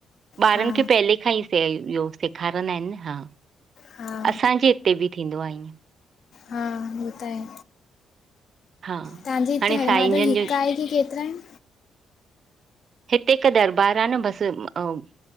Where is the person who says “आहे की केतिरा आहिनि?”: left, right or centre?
Left